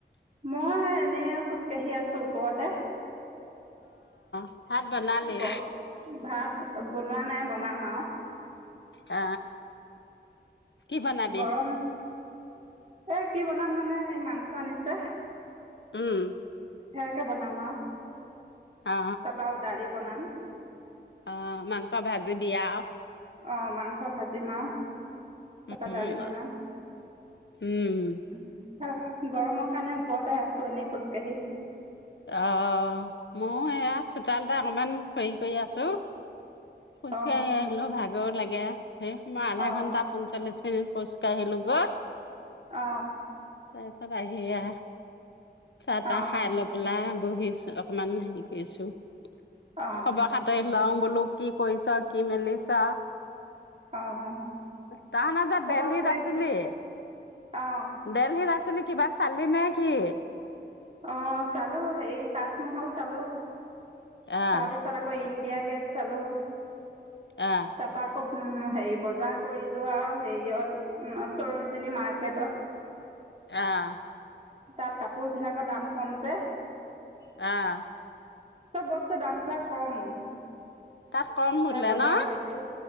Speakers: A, on the right; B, on the left.
A: মই সেই এনেই খোজ কাঢ়ি আছো ওপৰতে।
B: অ। ভাত বনালি
A: গ ভাত বনোৱা নাই বনাম আৰু।
B: অ। কি বনাবি
A: গৰম এই কি বনাম মানে এই মাংস আনিছে।
B: উম।
A: সেয়াকে বনাম আও
B: অ
A: তাৰপৰা আৰু দালি বনাম।
B: অ মাংস ভাজিবি আও।
A: অ মাংস ভাজিম আও। তাৰপৰা
B: উম
A: দালি বনাম
B: উম
A: উম অ গৰমৰ কাৰণে ওপৰতে আছো এনেই খোজকাঢ়ি।
B: অ মইয়ো এয়া চোতালতে অকমান হেৰি কৰি আছো। খোজকাাঢ়ি
A: অ',
B: আহিলো ভাগৰ লাগে ধেৰ সময় আধা
A: অ'।
B: ঘন্টা পঞ্চল্লিছ মিনিট খোজ কাঢ়িলো গৈ।
A: অ
B: তাৰপিছত আহি এইয়া চাহ তাহ
A: অ',
B: খাই অলপ। পেলাই বহিছো অকমান হেৰি কৰিছো
A: অ',
B: খবৰ খা। খাতি লং বোলো কি কৰিছ কি মেলিছ
A: অ অ।
B: তই হেনো যে
A: তাৰপা
B: দিল্লীত
A: ফুৰি
B: আছিলি।
A: অ'।
B: দেল্লীত আছিলি কিবা চালি নে কি?
A: অ' চালোঁ হেৰি তাজমল চালোঁ।
B: আহ
A: তাৰপিছত আকৌ ইণ্ডিয়া গেট চালোঁ।
B: আ।
A: তাপা আকৌ হেৰি বজাৰ কৰিলোঁ আও হেৰিয়ত। উম, চৰজজনী মাৰ্কেটত।
B: অ'।
A: তাত কাপোৰ বিলাকৰ দাম কম যে।
B: আ'।
A: চব বস্তুৰ দাম বিলাক কম।
B: তাত কম
A: সেয়া
B: বোলে
A: বজাৰ
B: ন',
A: কৰিলোঁ